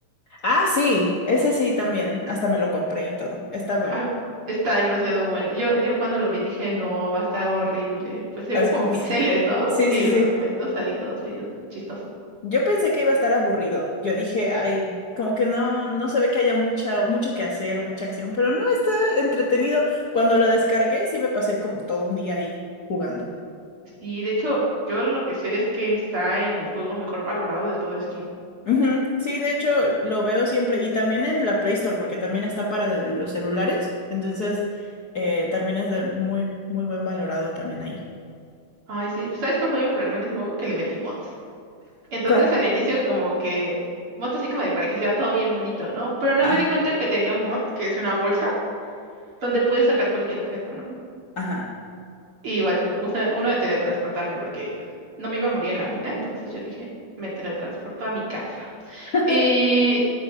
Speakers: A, on the left; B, on the right.
A: Ah, sí, ese sí también, hasta me lo compré y todo, está bueno.
B: Ah, está demasiado bueno. Yo, yo cuando lo vi dije, no, va a estar horrible. Pues se
A: Así
B: ven como
A: que pues,
B: píxeles,
A: sí,
B: ¿no?
A: sí,
B: Y
A: sí.
B: los
A: sí.
B: monitos ahí todos medio chistosos.
A: Yo pensé que iba a estar aburrido. Yo dije, ay, como que no, no se ve que haya mucha, mucho que hacer o mucha acción, pero no está entretenido. Cuando lo descargué, sí me pasé como todo un día ahí jugando.
B: Sí, de hecho, yo lo que sé es que está en el juego mejor valorado de todo Steam.
A: Ujú, Sí, de hecho, lo veo siempre y también en la Play Store, porque también está para de- los celulares. Entonces, eh, también es de muy, muy buen valorado también ahí.
B: Ay, sí, ¿sabes cuál fue mi problema en ese juego? Que le metí mods. Entonces
A: ¿Cuál?
B: al inicio como que mod así como de para que se vea todo bien bonito, ¿no? Pero no
A: Ah,
B: me di cuenta que tenía un mod que es una bolsa donde puedes sacar cualquier objeto, ¿no?
A: ajá.
B: Y igual usa uno de teletransportarme porque no me iba a morir en la mina, entonces yo dije, me teletransporto a mi casa.
A: <laughs>
B: Y,